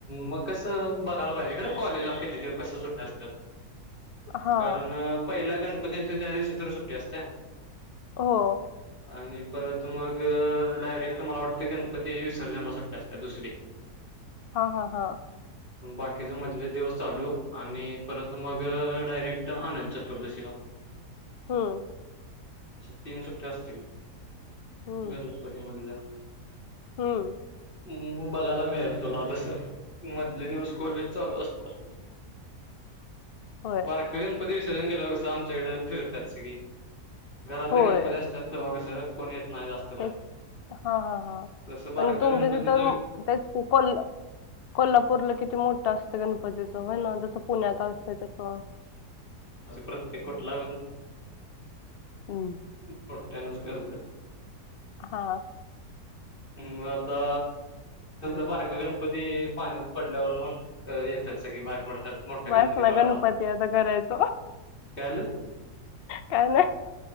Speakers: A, on the left; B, on the left.
A: मग कसं बघायला पाहिजे खरं कॉलेजला क तिथे कसं सुटं असतात
B: हा
A: कारण पहिला गणपती हो त्या दिव चित्र सुट्टी असते
B: हो
A: आणि परत मग डायरेक्ट मला वाटते गणपती विसर्जनाला सुट्ट्या असते दुसरी
B: हा हा हा
A: बाकीचे मधले दिवस चालू आणि परत मग डायरेक्ट आनंद चतुर्दशीला <unintelligible>
B: हम
A: अा तीन सुट्ट्या असतील
B: हम्म
A: गणपती मधल्या
B: हम्म
A: मग बघायला मिळेल तुला तस मधले दिवस कोहिलेज चालू असणारी
B: होय
A: बर कगणपतीवी सजण गे लोक शा चड फिर तर सग घरातले
B: होय
A: गणपती असतातगस कोणी येत
B: तेच हा हा हा
A: त बार
B: आणि
A: गती
B: तुमच्या तिथं तेच पकोल कोल्हापूरला किती मोठं असतं गणपतीच होय ना जसं पुण्यात असतं तसं
A: प्रत्ये कुठला
B: हम्म.
A: मो्यानच कर्ज
B: हा
A: म आता बारक गणपती पाण्यात पडल्यावर मग येतात सगळी बाहेर पडतात मोठ्या
B: बस
A: गणपती
B: ना
A: बागाला
B: गणपती आता करायचो
A: कल
B: काय नाही